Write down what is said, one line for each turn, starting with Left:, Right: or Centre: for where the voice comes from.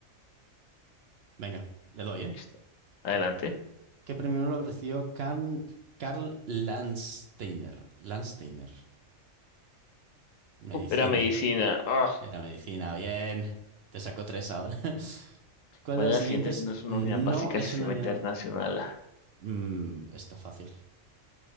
Right: Venga, le doy, ¿eh?
Left: listo. Adelante.
Right: ¿Qué premio lo recibió Carl, Karl Landsteiner? Landsteiner. Medicina.
Left: Uf, Era medicina. Ah,
Right: Era medicina. Bien. Te sacó tres ahora. <laughs> ¿Cuál
Left: ¿cuál
Right: de las
Left: de las
Right: siguientes
Left: siguientes no es una
Right: no
Left: unidad básica
Right: es
Left: del sistema
Right: una unidad?
Left: internacional? <laughs>
Right: Mm, está fácil.